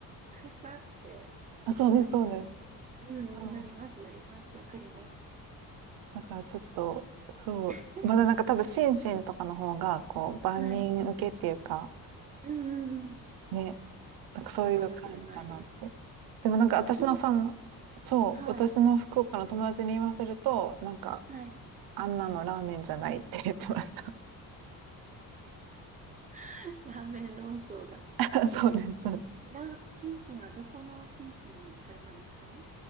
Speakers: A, on the right (about 20°); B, on the right (about 75°).
A: 草って
B: あ、そうです、
A: なりますよ。
B: そうです。
A: うんうん、
B: うん。
A: なります、なります。わかります。
B: だからちょっと、
A: そう。<laughs>
B: そう。まだなんか多分、心身とかの方が、こう、万人受けっていうか、
A: はい。うんうんうん。
B: ね、なんかそういう感じかなって。
A: そうかもしれないです。
B: でもなんか私のその、
A: え心身。
B: そう、
A: はい。
B: 私の福岡の友達に言わせると、なんか、
A: はい。
B: あんなのラーメンじゃないって言ってました。
A: <laughs> ラーメン論争が。
B: <laughs> そうです。
A: えラ、心身はどこの心身に行かれたんですか